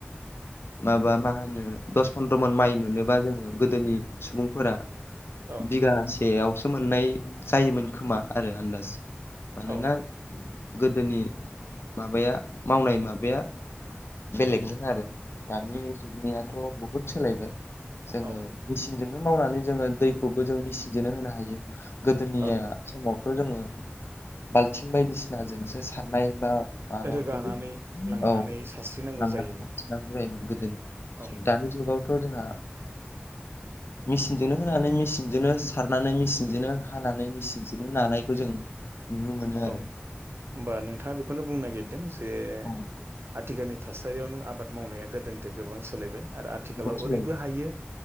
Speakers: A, on the left; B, on the right.
A: माबा मा होनो दस फन्द्र मन माइ मोनोबा जोङो गोदोनि सुबुंफोरा।
B: ओं
A: बिगासेयावसो मोननाय जायोमोन खोमा आरो आन्दाज मानोना
B: ओं औ
A: गोदोनि माबाया मावनाय माबाया
B: औ
A: बेलेगमोन आरो दानि
B: औ
A: जुगनियाथ' बहुद सोलायबाय जोङो
B: औ
A: मेचिनजोंनो मावनानै जोङो दैखौबो जों मेचिनजोंनो होनो हायो। गोदोनि
B: ओं
A: समावथ' जोङो बालथिं बायदिसिनाजोंसो सारनाय बा माबाखौ
B: रोगानानै लांनानै
A: औ
B: सारस्रिनांगौ
A: लांनानै
B: जायोमोन
A: सार नांगौ जायोमोन गोदोनि
B: औ
A: दानि जुगावथ' जोंहा
B: <inaudible>
A: मेसिनजोंनो होनानै, मेसिनजोंनो सारनानै, मेचिनजोंनो हानानै, मेचिनजोंनो नानायखौ जों नुनो मोनो
B: औ
A: आरो।
B: होमबा नोंथाङा बेखौनो बुंनो नागिरदों जे
A: औ
B: आथिखालनि थासारियाव नों आबाद मावनाया गोदोनिफ्राय गोबां सोलायबाय। आरो आथिखालाव
A: गोबां सोलायबाय
B: ओरैबो हायो